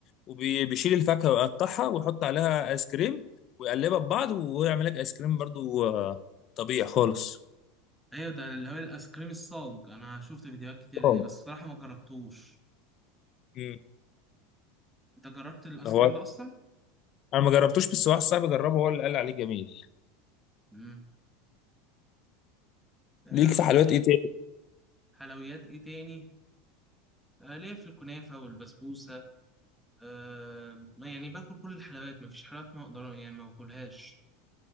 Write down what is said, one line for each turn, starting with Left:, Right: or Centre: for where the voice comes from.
Left: وبيشيل الفاكهه ويقطعها ويحط عليها ايس كريم ويقلبها ببعض ويعمل لك ايس كريم برضو آه، طبيعي خالص
Centre: ايوه ده اللي هو الايس كريم الصاج انا شفت فيديوهات كتير ليه
Left: آه.
Centre: بس صراحه ما جربتوش
Left: مم.
Centre: انت جربت الايس
Left: هو
Centre: كريم ده اصلا
Left: انا ما جربتوش بس واحد صاحبي جربه هو اللي قال عليه جميل
Centre: امم آه
Left: ليك في حلويات
Centre: ليك
Left: ايه تاني
Centre: حلويات ايه تاني آه، ليا في الكنافة والبسبوسة آه يعني باكل كل الحلويات مفيش حلويات ما اقدر يعني ما باكلهاش